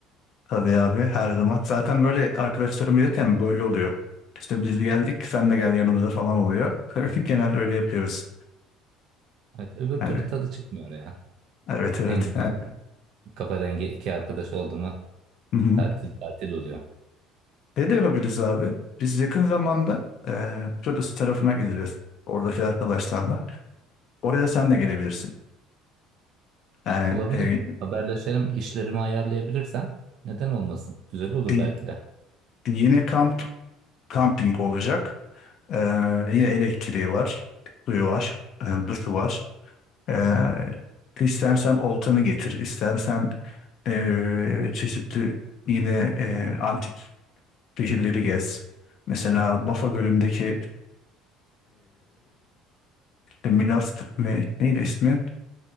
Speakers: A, on the left; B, on the right.
A: tabii abi her zaman. Zaten böyle arkadaşlarım gelirken böyle oluyor. İşte biz geldik sen de gel yanımıza falan oluyor. <laughs> Genelde öyle yapıyoruz.
B: Evet, öbür
A: Yani
B: türlü tadı çıkmıyor ya.
A: Evet evet.
B: En güzeli
A: Yani,
B: kafa dengi iki arkadaş oldu mu
A: hı hı.
B: tatil tatil oluyor.
A: Ne de yapabiliriz abi? Biz yakın zamanda e, Kıbrıs tarafına gideceğiz. Oradaki arkadaşlarla. Oraya sen de gelebilirsin. Yani
B: Olabilir.
A: e,
B: Haberleşelim, işlerimi ayarlayabilirsem neden olmasın? Güzel olur
A: y-
B: belki de.
A: yine kamp kamping olacak. E, yine elektriği var. Suyu var. E, duşu var. E, istersen oltanı getir. istersen e, çeşitli yine e, antik şehirleri gez. Mesela Bafa Gölü'ndeki E, Milas ne, neydi ismi?